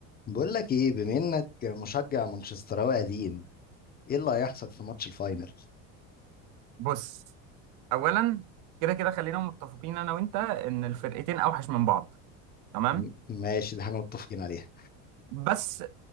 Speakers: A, on the left; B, on the right.
A: بقول لك ايه بما انك مشجع مانشستراوي قديم ايه اللي هيحصل في ماتش الفاينل
B: بص اولا كده كده خلينا متفقين انا وانت ان الفرقتين اوحش من بعض تمام
A: م- ماشي دي حاجه متفقين عليها
B: بس